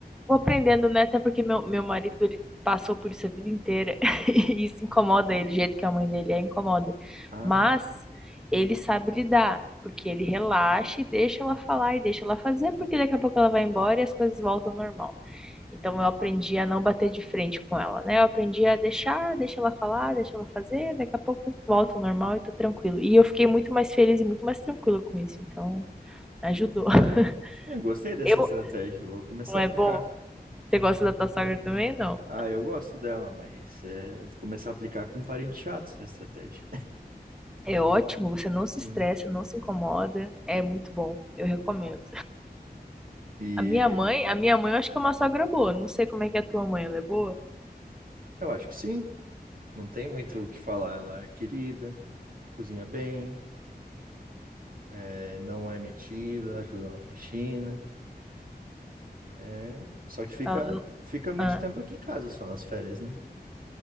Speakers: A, in the centre; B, on the right (about 60°).
A: vou aprendendo, né? Até porque meu, meu marido, ele passou por isso a vida inteira. <laughs> E isso incomoda
B: <laughs>
A: ele, do jeito que a mãe dele é, incomoda.
B: Ah,
A: Mas ele sabe lidar, porque ele relaxa e deixa ela falar e deixa ela fazer, porque daqui a pouco ela vai embora e as coisas voltam ao normal. Então eu aprendi a não bater de frente com ela, né? Eu aprendi a deixar, deixa ela falar, deixa ela fazer, daqui a pouco volta ao normal e tô tranquilo. E eu fiquei muito mais feliz e muito mais tranquila com isso, então ajudou.
B: ah,
A: <laughs>
B: é. É, gostei dessa
A: Eu,
B: estratégia, vou começar
A: não
B: a
A: é
B: aplicar.
A: bom? Você gosta da tua sogra também? Não.
B: Ah, eu gosto dela, mas é, vou começar a aplicar com parente chato essa estratégia.
A: É ótimo, você não se
B: Hum.
A: estressa, não se incomoda, é muito bom, eu recomendo.
B: E
A: A minha mãe, a minha mãe eu acho que é uma sogra boa, não sei como é que é a tua mãe, ela é boa?
B: eu acho que sim, não tem muito o que falar. Ela é querida, cozinha bem, é, não é metida, ajuda na faxina. É, só que fica,
A: Ela,
B: fica muito
A: ah,
B: tempo aqui em casa só nas férias, né?